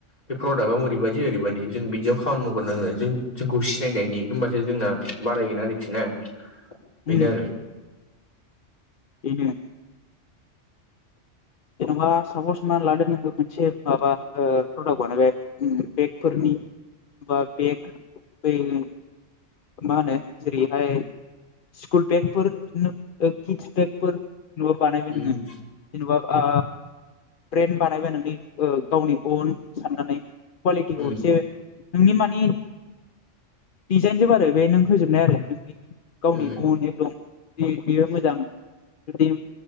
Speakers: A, on the left; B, on the left.
A: बे प्रडाक्टआव ओरैबायदि ओरैबायदि जों बिदियाव खामानि मावग्रनांगो जों जोंखौ सिनायनायनि होमबासो जोंना बारायगोन आरोखि ना बेनो
B: उम
A: आरो
B: ऐनो जेनेबा सापस हमना लादो नों मोनसे माबा ओ प्रडाक्ट बानायबाय उम बेगफोरनि बा बेग <unintelligible> मा होनो जेरैहाय स्कुल बेगफोर ओ किदस बेगफोर न'आ बानायबाय
A: उम
B: नोङो जेनेबा आ ब्रेन्ड बानायबाय नोंनि ओ गावनि अन साननानै कुवालिटिखौ
A: उम
B: एसे नोंनि मानि डिजाइन जोब आरो बे नों होजोबनाय आरो नोंनि गावनि
A: उम
B: अनेग दं बि बेयो मोजां बिबदि